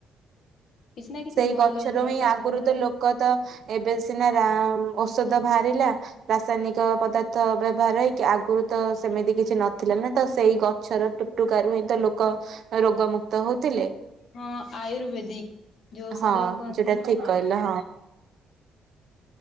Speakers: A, on the left (about 50°); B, on the right (about 55°).
A: କିଛି ନା କିଛି
B: ସେଇ
A: ଭଲ
B: ଗଛରୁ
A: ଗୁଣ
B: ହିଁ
A: ତାର
B: ଆଗରୁ
A: ଭଲ
B: ତ ଲୋକ ତ ଏବେ ସିନା ଔଷଧ ବାହାରିଲା। ରାସାୟନିକ ପଦାର୍ଥ ବ୍ୟବହାର ହେଇକି, ଆଗରୁ ତ ସେମିତି କିଛି ନଥିଲା ନୁହଁ ତ ସେଇ ଗଛର ଟୁକାରି ହିଁ ତ ଲୋକ ରୋଗ ମୁକ୍ତ ହଉଥିଲେ।
A: ହଁ ଆୟୁର୍ବେଦିକ୍ ଯୋଉ
B: ହଁ
A: ଔଷଧ କୁହନ୍ତିନି,
B: ଯୋଉଟା ଠିକ
A: ହଁ।
B: କହିଲ